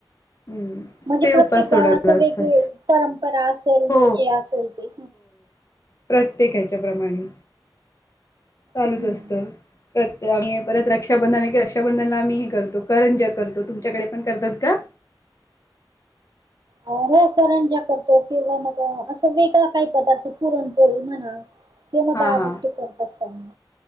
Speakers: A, on the left; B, on the right.
A: हम्म!
B: म्हणजे
A: ते
B: प्रत्येक
A: उपास सोडायला
B: गावाचा
A: असतात.
B: वेगवेगळा परंपरा असेल
A: हो
B: जे असेल ते.
A: प्रत्येका हेच्या प्रमाणे चालूच
B: हम्म
A: असत. कर आम्ही परत रक्षाबंधन आहे की रक्षाबंधनला आम्ही हे करतो करंज्या करतो. तुमच्याकडे पण करतात का?
B: हो करंज्या करतो किंवा मग असं वेगळा काही पदार्थ पुरणपोळी म्हणा. ते मध्ये
A: हा
B: आगटते
A: हा
B: करत असताना.